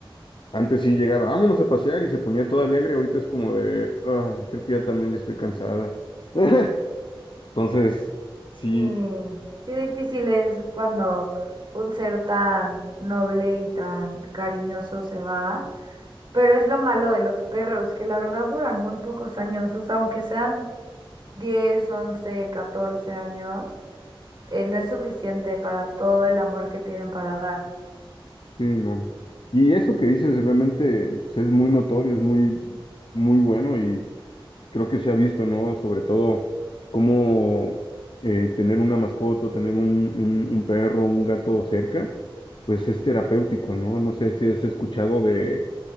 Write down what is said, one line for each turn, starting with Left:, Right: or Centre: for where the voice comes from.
Left: Antes sí llegaba, vámonos a pasear y se ponía toda alegre, ahorita es como de, "Ay, creo que ya también ya estoy cansada. <laughs> Entonces, sí,
Right: Sí, qué difícil es cuando un ser tan noble y tan cariñoso se va, pero es lo malo de los perros, que la verdad duran muy pocos años, o sea, aunque sean 10, 11, 14 años, eh, no es suficiente para todo el amor que tienen para dar.
Left: sí, no. Y eso que dices realmente pues, es muy notorio, es muy, muy bueno y creo que se ha visto, ¿no? Sobre todo cómo eh, tener una mascota, tener un, un, un perro, un gato cerca, pues es terapéutico, ¿no? No sé si has escuchado de